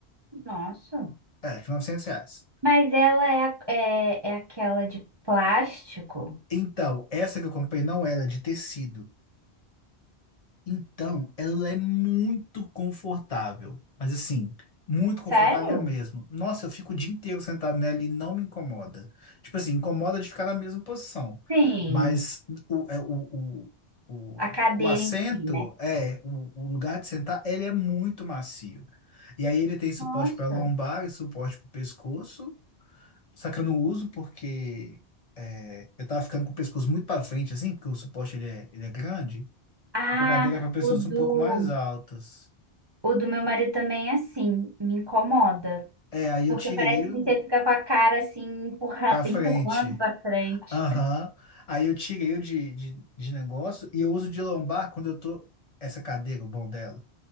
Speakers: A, on the right (about 30°); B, on the left (about 35°).
A: nossa.
B: É, acho que 900 reais.
A: Mas ela é, a- é, é aquela de plástico?
B: Então, essa que eu comprei não era de tecido, Então, ela é muito confortável, mas assim, muito confortável
A: Sério?
B: mesmo. Nossa, eu fico o dia inteiro sentado nela e não me incomoda. Tipo assim, incomoda de ficar na mesma posição,
A: Sim,
B: mas o, é, o, o,
A: a cadeira
B: o, o assento,
A: em si, né?
B: é, o, o lugar de sentar, ele é muito macio. E aí ele tem suporte
A: Nossa.
B: para lombar e suporte para o pescoço, só que eu não uso porque é, eu tava ficando com o pescoço muito para frente, assim, porque o suporte ele é, ele é grande.
A: Ah,
B: A cadeira é para pessoas
A: o do
B: um pouco mais altas.
A: O do meu marido também é assim, me incomoda.
B: É, aí
A: Porque
B: eu tirei
A: parece
B: o
A: que você fica com a cara assim, empurra-
B: para frente.
A: empurrando pra frente.
B: Aham. Aí eu tirei o de, de, de negócio e eu uso de lombar quando eu tô. Essa cadeira, o bom dela,